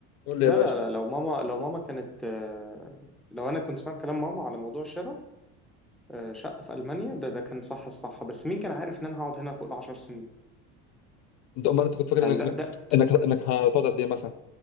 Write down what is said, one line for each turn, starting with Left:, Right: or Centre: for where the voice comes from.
Left: قول لي
Centre: لا
Left: يا باشا
Centre: لا لا لو ماما لو ماما كانت آه، لو انا كنت سمعت كلام ماما على موضوع شراء آه، شقه في المانيا ده ده كان صح الصح بس مين كان عارف ان انا هقعد هنا فوق العشر سنين
Left: انت امال انت كنت فاكر
Centre: يعني
Left: انك
Centre: ده
Left: انك
Centre: ده
Left: انك إنك هتقعد قد ايه مثلا؟